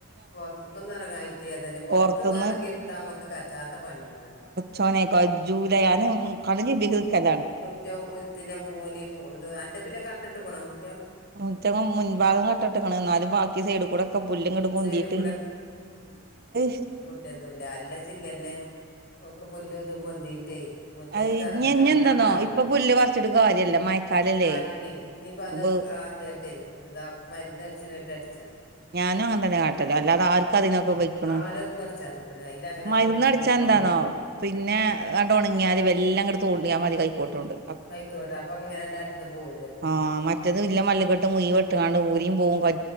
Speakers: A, on the left (about 45°); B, on the right (about 45°).
A: പൊറത്തേക്കൊന്ന് ഇറങ്ങായിട്ടിയേതന്നെ. പൊറത്ത്
B: പൊറത്ത്ന്ന്
A: പോയ് എറങ്ങി എടുത്താ നമ്മെക്ക് കച്ചാത്ത പണികളാണ്.
B: ചോനേക്ക കജൂല യാണ് കടഞ്ഞി പിടിക്കുന്നോർക്കതാണ്.
A: മുറ്റത്തിന്റെ മൂലയും ഇത് അന്റെ പിന്നെ കട്ടിട്ട് പോണം മുറ്റം.
B: മുറ്റം മുൻ ഭാഗം കെട്ടെടുക്കണ്. എന്നാലും ബാക്കി സൈഡി കൂടെ. ഇപ്പം പുല്ലിങ്ങട് പൊന്തീട്ട്
A: സൈഡിൽ
B: <unintelligible>
A: ഇവെടൊന്നുല്ല. അല്ല ചില്ലെന്നെ ഓക്ക് പുല്ലുതൂം മ്പോന്തീറ്റേ മുറ്റത്ത്
B: അത്
A: കറങ്ങ
B: ഇഞ്ഞി ഇഞ്ഞി
A: ചവിട്ടാൻ
B: എന്താന്നോ
A: പാടില്ല.
B: ഇപ്പൊ പുല്ല് പറിച്ചിട്ട് കാര്യല്ല മഴക്കാലല്ലേ
A: കാരില്ലി. ഇന്നിപ്പ അത്
B: അപ്പൊ
A: ആ അത് ട്ടെ ഇതാകുമ്പോ മരുന്ന് അടിച്ചിനേ കേട്ട് അടിച്ചേനം.
B: ഞാനും അന്നരകാട് ട്ടല്ലാതെ ആർക്കാ അതിനൊക്കെ വെക്കുണു.
A: ആരത് പറിച്ചാ നിക്കണെ അയില് അങ്ങനെയാണ്
B: മരുന്ന്
A: പൗത്ത്
B: അടിച്ചാ
A: പോയി
B: എന്താന്നോ.
A: ഒണങ്ങി പോവും
B: പിന്നെ അട് ഒണങ്ങിയാല്. മെല്ലേയങ്ങ് തോണ്ടിയാൽ മതി കൈക്കോട്ടൊണ്ട്.
A: കൈക്കോട്ട്. അപ്പൊ ഇങ്ങനെ എണ്ടായിടത്തുന്ന് പോരും അത്.
B: ആഹ് മറ്റ് മറ്റേത് മള്ളിക്കെട്ടും കുഴിവെട്ടും അള്ള് ഊരിയും പോവും. കൽ